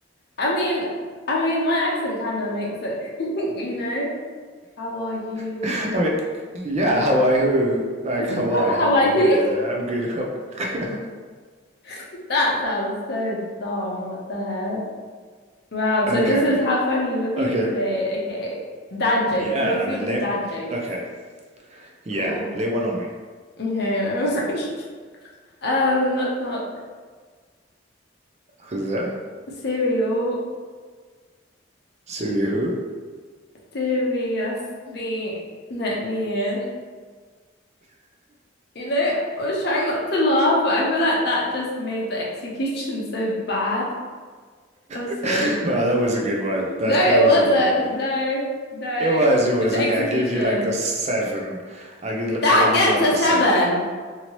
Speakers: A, on the left (about 55°); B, on the right (about 35°).
A: I mean I mean my accent kind of makes it, <laughs> you know? How are you?
B: <laughs>
A: How
B: I mean, yeah,
A: how
B: Hawaii who?
A: <laughs>
B: Like
A: Hawaii
B: Hawaii, Hawaii who?
A: who?
B: And then I'm good. How... <laughs>
A: <laughs> That sounds so dumb. What the heck? Wow, so
B: Okay.
A: this is how funny you were feeling
B: Okay.
A: today. Okay. Dad jokes.
B: Yeah,
A: You were feeling
B: I mean, lay...
A: dad jokes.
B: okay. Yeah,
A: Cool.
B: lay one on me.
A: Okay. <laughs> Um, knock knock.
B: Who's that?
A: Cereal.
B: Surya who?
A: Seriously, let me in. You know, I was trying not to laugh, but I feel like that just made the execution <laughs> so bad. I'm sorry.
B: <laughs> No, that was a good one. That
A: No, it
B: that was
A: wasn't.
B: a good one.
A: No, no.
B: It was,
A: It
B: it was.
A: was the
B: Okay,
A: execution.
B: I'll give you like a seven. I'll give,
A: That
B: I'll give
A: gets
B: you like
A: a seven.
B: a seven.